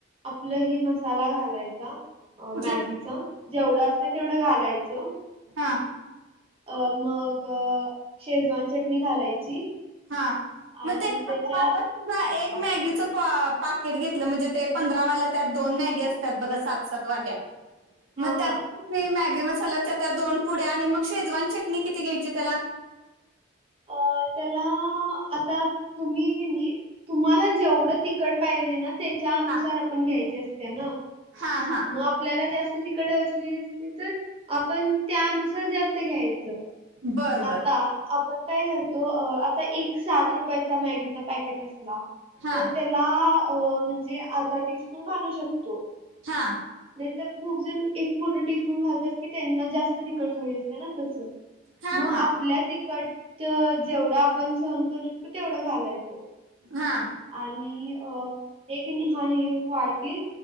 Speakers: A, on the right; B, on the right.
A: आपलं हि मसाला घालायचा. अ
B: कुठल्या
A: मॅगीच जेवढं असते तेवढं घालायचं.
B: हा
A: अ मग शेजवान चटणी घालायची.
B: हा. मग
A: आणि
B: ते
A: त्याच्यात
B: आपण एक मॅगीचं पाकेट घेतलं म्हणजे ते पंधरावालं त्यात दोन मॅगी असतात बघा सात सत्वार्या
A: हा
B: म त्याल
A: हा
B: मी मॅगी मसाल्याच्या त्या दोन पुड्या आणि मग शेजवान चटणी किती घ्यायची त्याला
A: अ त्याला आता तुम्ही नी तुम्हाला जेवढं तिकट पाहिजे ना तेच्या अनुसार
B: हा
A: आपण घ्यायचे असते याना
B: हा हा.
A: आपल्याला जास्त तिकट असली अस तर आपण त्यानुसार जास्त घ्यायचं.
B: बर बर
A: आता आपण काय करतो आता एक सात रुपयाचा मॅगीचा पॅकेट असत.
B: हा
A: तर त्याला अ म्हणजे अर्धा टीस्पून घालू शकतो.
B: हा.
A: नाही तर खूप जण एक पूर्ण टीस्पून घालतात की त्यांना जास्त तिखट हवी असते ना तस.
B: हा
A: मग
B: हा
A: आपल्या तिकट जेवढं आपण सहन करू शकतो तेवढं घालायचो.
B: हा.
A: आणि एक हळीव वाटीत